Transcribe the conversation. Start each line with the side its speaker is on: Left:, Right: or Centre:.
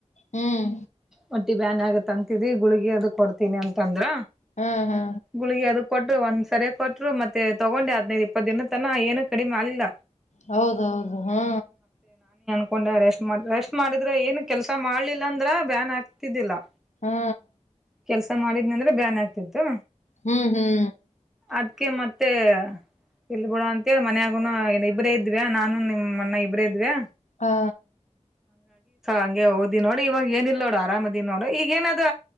Left: ಹ್ಮ್
Centre: ಹೊಟ್ಟಿ ಬ್ಯಾನ ಆಗತ ಅಂತರಿ ಗುಳಗಿ ಅದ ಕೊಡ್ತೀನಿ ಅಂತಂದ್ರ.
Left: ಹಾ ಹಾ
Centre: ಗುಳಗಿ ಅದ ಕೊಟ್ಟ್ ಒಂದ್ಸರಿ ಕೊಟ್ಟರು ಮತ್ತೆ ತಗೊಂಡೆ ಹದನೈದ ಇಪ್ಪತ್ ದಿನ ತನ ಏನು ಕಡಿಮ ಆಲಿಲ್ಲ.
Left: ಹೌದೌದು ಹಾ
Centre: ಮಕೊಂಡ ರೆಸ್ಟ್ ಮಾಡ್ದ ರೆಸ್ಟ್ ಮಾಡಿದ್ರ ಏನ್ ಕೆಲಸ ಮಾಡ್ಲಿಲ್ಲ ಅಂದ್ರ ಬ್ಯಾನ್ ಆಗ್ತಿದ್ದಿಲ್ಲಾ.
Left: ಹಾ
Centre: ಕೆಲ್ಸ ಮಾಡಿದ್ನಂದ್ರ ಬ್ಯಾನ್ ಆಗ್ತಿತ್ತು.
Left: ಹ್ಮ್ ಹ್ಮ್
Centre: ಅದ್ಕೆ ಮತ್ತೆ. ಇರ್ಲ ಬಿಡ ಅಂತೇಳಿ ಮನ್ಯಾಗುನು ಏನ್ ಇಬ್ರೆ ಇದವ್ಯಾ ನಾನು ನಿಮ್ ಅಣ್ಣ ಇಬ್ರೇ ಇದ್ವ್ಯ.
Left: ಹಾ
Centre: ಹಂಗೆ ಓದಿ ನೋಡಿ ಇವಾಗ ಏನ ಇಿಲ್ಲ ನೋಡು ಆರಾಮದಿನ್ ನೋಡ ಈಗ ಏನಾದ್